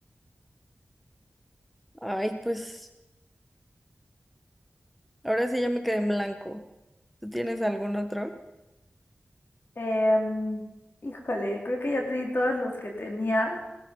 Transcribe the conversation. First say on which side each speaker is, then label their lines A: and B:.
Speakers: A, in the centre; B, on the left.
A: Ay, pues ahora sí ya me quedé en blanco. ¿Tú tienes algún otro?
B: Em, híjole, creo que ya te di todos los que tenía,